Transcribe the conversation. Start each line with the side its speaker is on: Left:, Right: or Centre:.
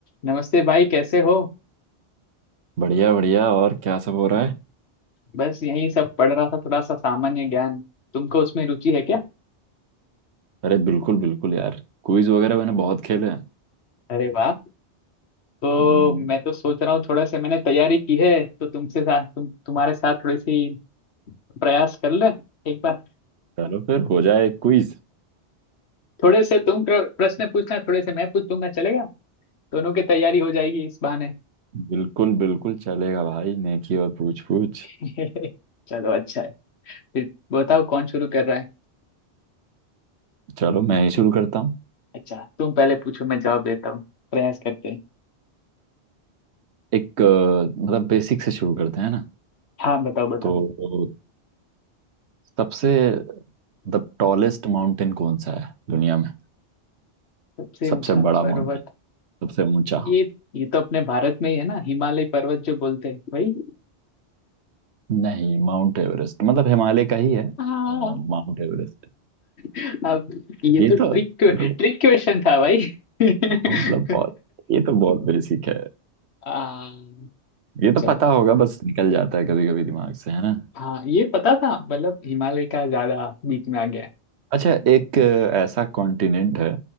Left: नमस्ते भाई कैसे हो
Right: बढ़िया बढ़िया और क्या सब हो रहा है
Left: बस यही सब पढ़ रहा था थोड़ा सा सामान्य ज्ञान तुमको उसमें रुचि है क्या
Right: अरे बिल्कुल बिल्कुल यार क्विज वगैरह मैंने बहुत खेले हैं
Left: अरे वाह तो
Right: हम्म
Left: मैं तो सोच रहा हूँ थोड़ा सा मैंने तैयारी की है तो तुमसे साथ तुम तुम्हारे साथ थोड़ी सी प्रयास कर ले एक बार
Right: चलो फिर हो जाए क्विज
Left: थोड़े से तुम प्र- प्रश्न पूछना थोड़े से मैं पूछ लूंगा चलेगा दोनों की तैयारी हो जाएगी इस बहाने
Right: बिल्कुल बिल्कुल चलेगा भाई नेकी और पूछ पूछ
Left: <laughs> चलो अच्छा है फिर बताओ कौन शुरू कर रहा है
Right: चलो मैं ही शुरू करता हूँ
Left: अच्छा तुम पहले पूछो मैं जवाब देता हूँ प्रयास करते हैं
Right: एक अ, मतलब बेसिक से शुरू करते हैं ना
Left: हाँ बताओ बताओ
Right: तो सबसे मतलब टॉलेस्ट माउंटेन कौन सा है दुनिया में
Left: सबसे
Right: सबसे
Left: ऊंचा
Right: बड़ा
Left: पर्वत
Right: माउंटेन सबसे ऊंचा
Left: ये ये तो अपने भारत में ही है ना हिमालय पर्वत जो बोलते हैं भाई
Right: नहीं माउंट एवरेस्ट मतलब हिमालय का ही है
Left: हाँ
Right: अ, Mount Everest
Left: अब ये
Right: ये
Left: तो ट्रिक
Right: तो
Left: ट्रिक
Right: ये तो
Left: क्वेश्चन था भाई <laughs>
Right: हाँ, मतलब बहुत ये तो बहुत बेसिक है
Left: आ,
Right: ये तो
Left: चलो
Right: पता होगा बस निकल जाता है कभी कभी दिमाग से है ना
Left: हाँ ये पता था मतलब हिमालय का ज्यादा बीच में आ गया है
Right: अच्छा एक अ, ऐसा कॉन्टिनेंट है